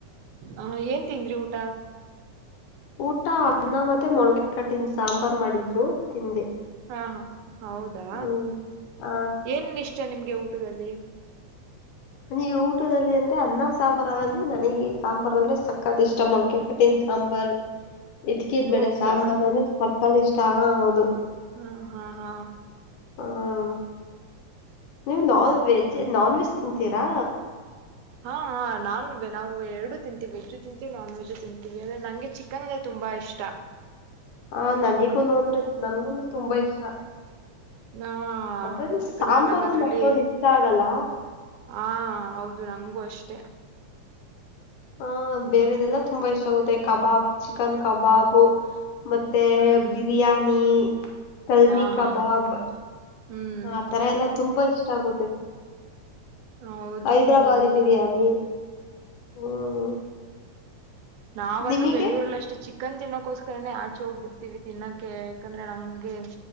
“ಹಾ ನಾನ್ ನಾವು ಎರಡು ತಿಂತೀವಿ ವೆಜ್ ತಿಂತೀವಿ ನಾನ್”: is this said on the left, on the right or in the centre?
Right